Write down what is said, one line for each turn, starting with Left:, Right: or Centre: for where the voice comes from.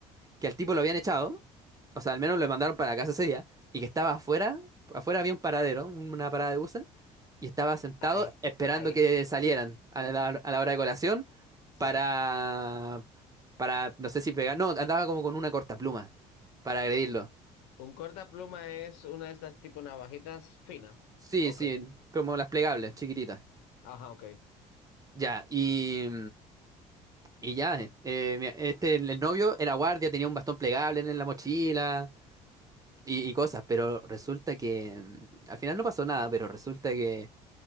Right: que al tipo lo habían echado, o sea, al menos lo mandaron para la casa ese día, y que estaba afuera, afuera había un paradero, un- una parada de buses, y estaba sentado
Left: Ay,
Right: esperando
Left: ay.
Right: que salieran a la, a la hora de colación
Left: Sí.
Right: para, para, no sé si pegar, no, andaba como con una cortapluma para agredirlo.
Left: Un cortapluma es una de estas tipo navajitas finas.
Right: Sí,
Left: Ok.
Right: sí, como las plegables, chiquititas.
Left: Ajá, ok.
Right: Ya, y, y ya, eh, eh, mi- este, el, el novio era guardia, tenía un bastón plegable en la mochila, y, y cosas, pero resulta que mm, al final no pasó nada, pero resulta que,